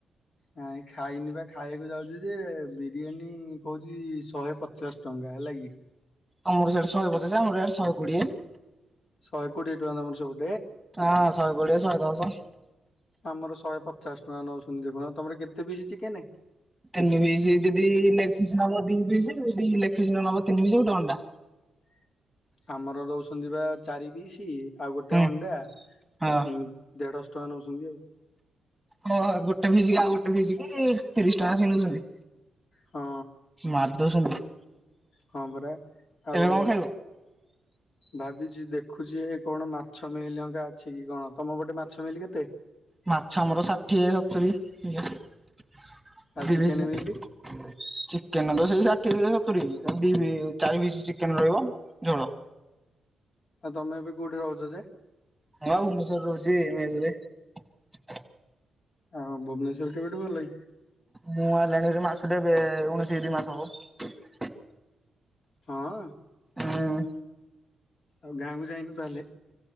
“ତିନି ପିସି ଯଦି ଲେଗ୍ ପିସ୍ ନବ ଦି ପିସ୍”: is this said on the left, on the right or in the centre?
Centre